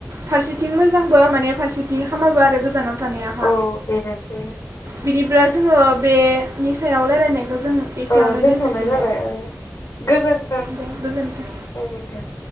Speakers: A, on the right; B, on the left.
A: फारसेथिं मोजांबो माने फारसे बिदि हामाबा आरो गोजानाव थानायहा
B: औ बेनोसै
A: बिदि। ब्ला जोङो बे सायाव रायनाय। खौ जों एसेयावनो
B: ओ दोनथ'नाय
A: दोननोसै
B: जाबाय
A: दे।
B: ओ गोजोन्थों
A: दे गोजोनथों।
B: औ दे।